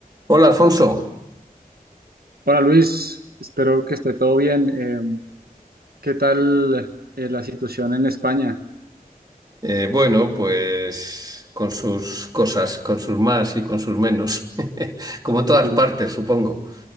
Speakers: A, on the right; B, on the right.
A: Hola Alfonso.
B: Hola Luis, espero que esté todo bien. Eh, ¿qué tal eh, la situación en España?
A: Eh, bueno, pues con sus cosas, con sus más y con sus menos, <laughs> como
B: Sí,
A: en
B: porque,
A: todas partes,
B: yo-
A: supongo.